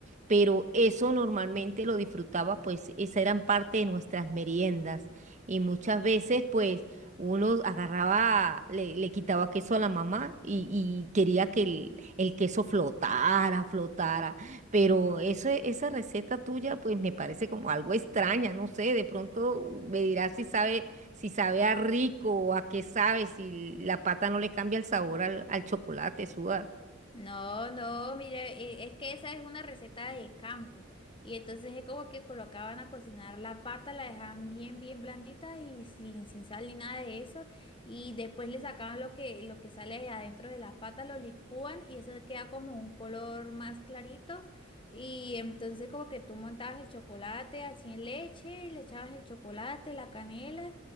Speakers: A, on the right (about 40°); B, on the left (about 25°).
A: Pero eso normalmente lo disfrutaba, pues esa eran parte de nuestras meriendas. Y muchas veces, pues, uno agarraba, le, le quitaba queso a la mamá y, y quería que el, el queso flotara, flotara. Pero eso, esa receta tuya, pues me parece como algo extraña, no sé, de pronto me dirás si sabe, si sabe a rico o a qué sabe, si la pata no le cambia el sabor al, al chocolate, sudar.
B: No, no, mira, eh, es que esa es una receta de campo. Y entonces es como que colocaban a cocinar la pata, la dejaban bien, bien blandita y sin, sin sal ni nada de eso. Y después le sacaban lo que, lo que sale de adentro de la pata, lo licúan y eso queda como un color más clarito. Y entonces como que tú montabas el chocolate así en leche, le echabas el chocolate, la canela.